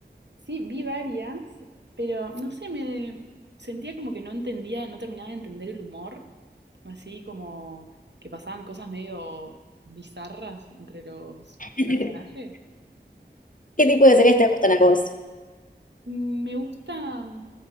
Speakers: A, on the right; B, on the left.
A: Sí, vi varias, pero no sé, me sentía como que no entendía, no terminaba de entender el humor, así como que pasaban cosas medio bizarras entre los
B: <laughs>
A: personajes.
B: ¿Qué
A: Yo
B: tipo de series te gustan a vos?
A: Mm, Me gusta, mm,